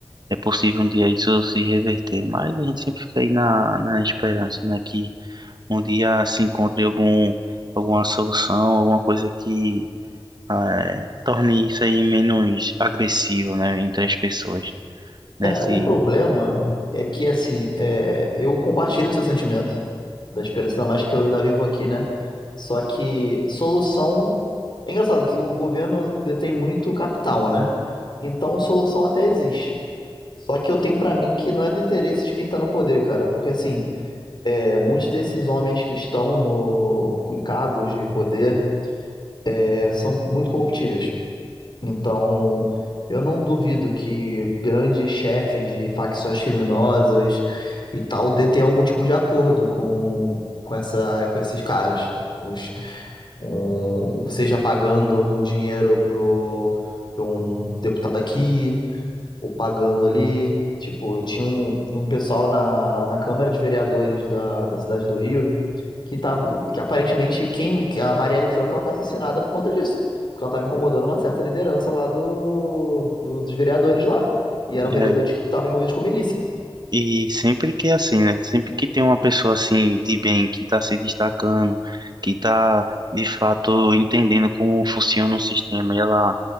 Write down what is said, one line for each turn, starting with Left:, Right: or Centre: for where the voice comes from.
Right: é possível um dia isso se reverter, mas a gente sempre fica aí na, na esperança, né, que um dia se encontre algum, alguma solução, alguma coisa que eh, torne isso aí menos agressivo, né, entre as pessoas. Né,
Left: É,
Right: se,
Left: o problema é que, assim, é, eu compartilho do seu sentimento, da esperança, ainda mais que eu ainda vivo aqui, né? Só que solução. É engraçado que o governo detém muito capital, né? Então, solução até existe. Só que eu tenho pra mim que não é do interesse de quem tá no poder, cara. Porque, assim, é, muitos desses homens que estão no, em cargos de poder é, são muito corruptíveis. Então, eu não duvido que grandes chefes de facções criminosas e tal de tenham algum tipo de acordo com, com essa, com esses caras, com os, com- seja pagando algum dinheiro pro, pro um deputado aqui, ou pagando ali. Tipo, eu tinha um, um pessoal na, na Câmara de Vereadores da, da cidade do Rio que tá, que aparentemente quem, que a Marielle Franco ela foi assassinada por conta disso. Porque ela estava incomodando uma certa liderança lá do, do- dos vereadores lá. E eram
Right: é,
Left: vereadores que estavam envolvidos com milícia.
Right: E sempre que é assim, né? Sempre que tem uma pessoa assim de bem que está se destacando, que está de fato entendendo como funciona o sistema e ela